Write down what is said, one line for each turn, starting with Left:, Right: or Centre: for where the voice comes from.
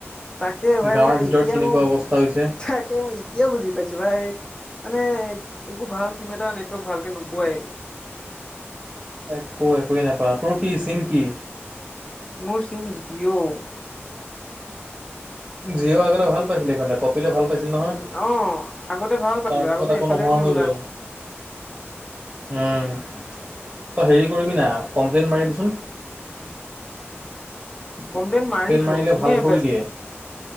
Left: তাকে ভাই
Right: গাঁৱৰ
Left: মই
Right: ভিতৰত
Left: এতিয়া
Right: কেনেকুৱা
Left: মই
Right: অৱস্থা হৈছে
Left: তাকে মই এতিয়া বুজি পাইছো ভাই। মানে একো ভাল চিম এটা নেটৱৰ্ক ভালকে নোপোৱাই
Right: একো একোৱে নাপা তোৰ কি চিম কিি
Left: মোৰ চিম জিঅ'
Right: জিঅ আগ ভাল পাইছিলে ক কঁপিলৈ ভাল পাইছিল নহয়
Left: উম অ আগতে ভাল পাইছিলো
Right: তাৰপিছত
Left: আগতে
Right: আকৌ
Left: এইফালে
Right: নোহোৱা
Left: তুমি
Right: হৈ
Left: ওলাই
Right: গ'ল উম তই হেৰি কৰিবি না কমপ্লেইন মাৰিবিচোন
Left: কমপ্লেইন মাৰিছো
Right: মাৰিলে
Left: এনে
Right: ভাল কৰি দিয়ে